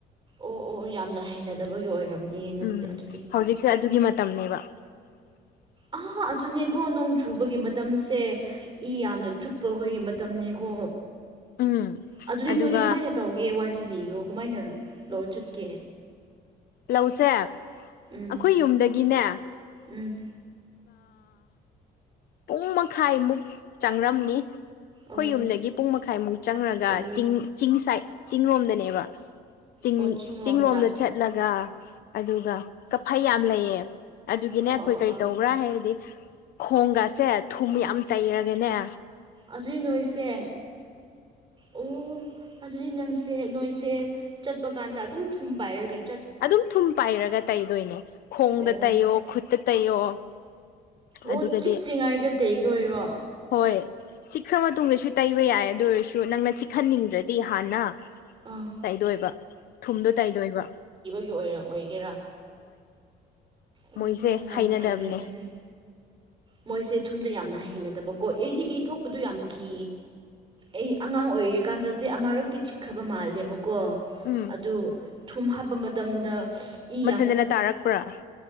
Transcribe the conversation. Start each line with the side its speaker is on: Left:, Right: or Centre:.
Right: ꯑꯣ ꯑꯣ ꯌꯥꯝꯅ ꯍꯩꯅꯗꯕꯒꯤ ꯑꯣꯏꯔꯝꯅꯤ ꯅꯪꯗꯤ
Left: ꯎꯝ
Right: ꯑꯗꯨꯗꯤ
Left: ꯍꯧꯖꯤꯛꯁꯦ ꯑꯗꯨꯒꯤ ꯃꯇꯝꯅꯦꯕ <inaudible>
Right: ꯑꯥ ꯑꯗꯨꯅꯦꯀꯣ ꯅꯣꯡ ꯆꯨꯕꯒꯤ ꯃꯇꯝꯁꯦ ꯏ ꯌꯥꯝꯅ ꯆꯨꯞꯄ ꯑꯩꯈꯣꯏꯒꯤ ꯃꯇꯝꯅꯤꯀꯣ
Left: ꯎꯝ
Right: ꯑꯗꯨꯗꯤ
Left: ꯑꯗꯨꯒ
Right: ꯅꯣꯏꯗꯤ ꯀꯃꯥꯏꯅ ꯇꯧꯒꯦ ꯋꯥꯔꯤ ꯂꯤꯒꯣ ꯀꯃꯥꯏꯅ ꯂꯥꯛ ꯆꯠꯀꯦ
Left: ꯂꯧꯁꯦ ꯑꯩꯈꯣꯏ
Right: ꯎꯝ
Left: ꯌꯨꯝꯗꯒꯤꯅꯦ
Right: ꯎꯝ
Left: ꯄꯨꯡ ꯃꯈꯥꯏꯃꯨꯛ ꯆꯪꯔꯝꯅꯤ ꯑꯩꯈꯣꯏ
Right: ꯑꯣ
Left: ꯌꯨꯝꯗꯒꯤ ꯄꯨꯡ ꯃꯈꯥꯏꯃꯨꯛ ꯆꯪꯉꯒ
Right: ꯑꯣ
Left: ꯆꯤꯡ ꯆꯤꯡ ꯁꯥꯏꯠ ꯆꯤꯡꯔꯣꯝꯗꯅꯦꯕ ꯆꯤꯡ
Right: ꯑꯣ ꯆꯤꯡꯔꯣꯝꯗ
Left: ꯆꯤꯡ ꯂꯣꯝꯗ ꯆꯠꯂꯒ ꯑꯗꯨꯒ ꯀꯐꯩ ꯌꯥꯝ ꯂꯩꯌꯦ ꯑꯗꯨꯒꯤꯅꯦ
Right: ꯑꯣ
Left: ꯑꯩꯈꯣꯏ
Right: ꯑꯣ
Left: ꯀꯔꯤ
Right: ꯑꯥ
Left: ꯇꯧꯕ꯭ꯔꯥ ꯍꯥꯏꯔꯗꯤ ꯈꯣꯡꯒ ꯊꯨꯝ ꯌꯥꯝ ꯇꯩꯔꯒꯦꯅꯦ
Right: ꯑꯗꯨꯏ ꯅꯣꯏꯁꯦ ꯑꯣ ꯑꯗꯨꯗꯤ ꯅꯪꯁꯦ ꯅꯣꯏ ꯑꯩꯁꯦ ꯆꯠꯄ ꯀꯥꯟꯗ ꯑꯗꯨꯝ ꯊꯨꯝ ꯄꯥꯏ ꯍꯥꯏꯔꯒꯗꯤ
Left: ꯑꯗꯨꯝ ꯊꯨꯝ ꯄꯥꯏꯔꯒ ꯇꯩꯗꯣꯏꯅꯦ ꯈꯣꯡꯗ
Right: ꯑꯣ
Left: ꯇꯩꯌꯣ ꯈꯨꯠꯇ ꯇꯩꯌꯣ
Right: ꯑꯣ
Left: ꯑꯗꯨꯒꯗꯤ
Right: ꯆꯤꯛꯇ꯭ꯔꯤꯉꯩꯗ ꯇꯩꯗꯣꯏꯔꯣ
Left: ꯍꯣꯏ ꯆꯤꯛꯈ꯭ꯔ ꯃꯇꯨꯡꯗꯁꯨ ꯇꯩꯕ ꯌꯥꯏ ꯑꯗꯨ ꯑꯣꯏꯔꯁꯨ ꯅꯪꯅ ꯆꯤꯛꯍꯟꯅꯤꯡꯗ꯭ꯔꯗꯤ ꯍꯥꯟꯅ
Right: ꯑꯥ
Left: ꯇꯩꯗꯣꯏꯕ ꯊꯨꯝꯗꯣ ꯇꯥꯏꯗꯣꯏꯕ
Right: ꯑꯣꯏ ꯑꯣꯏꯒꯦꯔꯥ ꯑꯣ
Left: ꯃꯣꯏꯁꯦ
Right: ꯌꯥꯝ
Left: ꯍꯩꯅꯗꯕꯅꯦ
Right: ꯇꯜꯂꯦ ꯑꯗꯨꯗꯤ ꯃꯣꯏꯁꯦ ꯊꯨꯝꯗ ꯌꯥꯝꯅ ꯍꯩꯅꯗꯕ ꯀꯣ ꯑꯩꯗꯤ ꯏ ꯊꯣꯛꯄꯗꯨ ꯌꯥꯝ ꯀ ꯑꯩ ꯑꯉꯥꯡ ꯑꯣꯏꯔꯤꯀꯥꯟꯗꯗꯤ ꯑꯃꯥꯔꯛꯇꯤ ꯆꯤꯛꯈ꯭ꯔꯕ ꯃꯥꯜꯂꯦꯕ ꯀꯣ
Left: ꯎꯝ
Right: ꯑꯗꯨ ꯊꯨꯝ ꯍꯥꯞꯄ ꯃꯇꯝꯗ ꯏ
Left: ꯃꯊꯟꯗꯅ ꯇꯥꯔꯛꯄ꯭ꯔꯥ